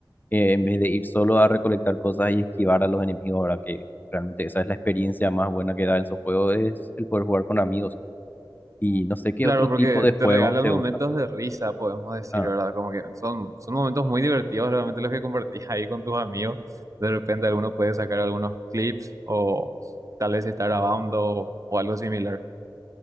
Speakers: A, on the left; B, on the right.
A: eh, en vez de ir solo a recolectar cosas y esquivar a los enemigos, ¿verdad? Que realmente esa es la experiencia más buena que da en esos juegos, es el poder jugar con amigos. Y no sé qué
B: Claro,
A: otro
B: porque
A: tipo de
B: te
A: juego
B: regalan
A: te
B: momentos
A: gusta.
B: de risa, podemos decir,
A: Ah,
B: ¿verdad? Como que son, son momentos muy divertidos realmente los que compartís <laughs> ahí con tus amigos. De repente alguno puede sacar algunos clips o tal vez estar grabando o algo similar.